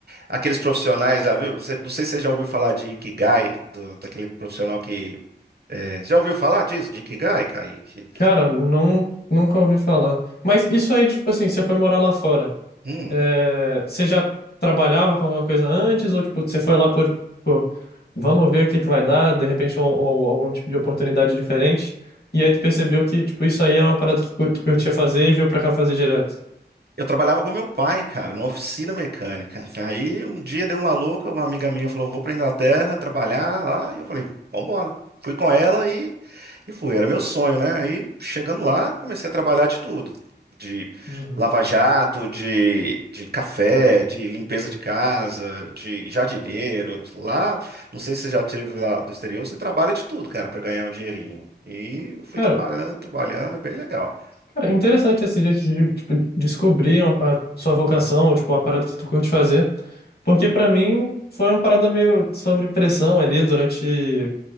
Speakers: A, on the right; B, on the left.
A: aqueles profissionais, já viu? Cê- não sei se você já ouviu falar de Ikigai, do- daquele profissional que... é, já ouviu falar disso, de Ikigai, Kaique?
B: Cara, não, nunca ouvi falar. Mas isso aí, tipo assim, você foi morar lá fora.
A: Hum.
B: É, você já trabalhava com alguma coisa antes ou tipo você foi lá por, tipo, vamos ver o que que vai dar, de repente um- um- algum tipo de oportunidade diferente e aí tu percebeu que tipo isso aí era uma parada que cu- tu curtia fazer e veio pra cá fazer direto.
A: Eu trabalhava com meu pai, cara, numa oficina mecânica. Aí um dia deu uma louca, uma amiga minha falou: vou pra Inglaterra trabalhar lá. E eu falei: vambora. Fui com ela e, e fui. Era meu sonho, né? Aí chegando lá, comecei a trabalhar de tudo: de
B: Uhum.
A: lava-jato, de, de café, de limpeza de casa, de jardineiro. Lá, não sei se você já teve lá do exterior, você trabalha de tudo, cara, pra ganhar um dinheirinho. E eu fui
B: Cara,
A: trabalhando, trabalhando, é bem legal.
B: cara, interessante esse jeito de tipo, descobrir uma- a sua vocação ou tipo uma parada que tu curte fazer, porque pra mim foi uma parada meio sobre pressão ali durante